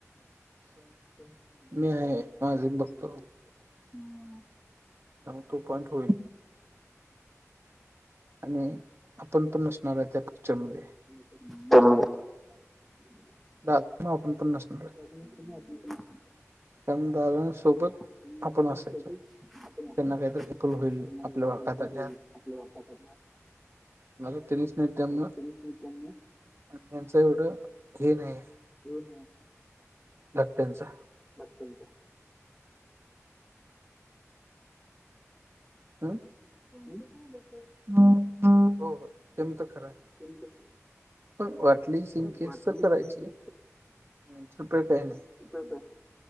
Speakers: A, in the centre; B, on the right.
A: हम्म.
B: आहे माझे बघतो त्या मग तो पॉइंट होईल. आणि आपण पण नसणारय त्या पिक्चरमध्ये.
A: <unintelligible>
B: <unintelligible> आपण पण नसणारय.
A: <inaudible>
B: दुकानदारांसोबत.
A: सोबत
B: आपण असायचो त्यांना
A: आपण असू.
B: काहीत हेपल होईल
A: त्यांना त्याचा
B: आपल्या वागात
A: हेल्पफुल
B: आल्या.
A: होईल आपल्या वापराकडनं
B: मला त्यांनीच नाही त्यांना
A: म्हणजे तरी मित्रांनो
B: आणि त्यांच एवढं हे नाही.
A: होन.
B: लटचा
A: बतत
B: आ.
A: ह बत.
B: हो ते तर खरं आहे.
A: तुमचं खरं.
B: पण वाटली सिंकस
A: पण वाटली
B: तर करायची
A: तुमची
B: न तर प काही नाही.
A: तप.